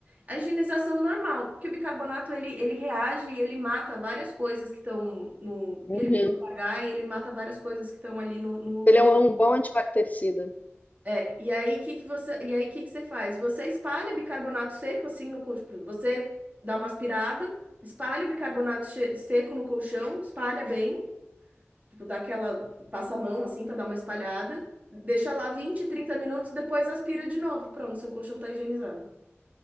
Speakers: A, on the right; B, on the left.
A: A higienização normal, porque o bicarbonato ele, ele reage e ele mata várias coisas que estão no. Porque
B: Uhum.
A: ele muda o pH e ele mata várias coisas que estão ali no, no
B: Ele
A: colchão.
B: é um um bom antibactericida.
A: É, e aí que que você, e aí que que você faz? Você espalha bicarbonato seco assim no colchão. Você dá uma aspirada, espalha o bicarbonato che- seco no colchão, espalha bem, tipo dá aquela passa a mão assim para dar uma espalhada, deixa lá 20, 30 minutos, depois aspira de novo. Pronto, seu colchão tá higienizado.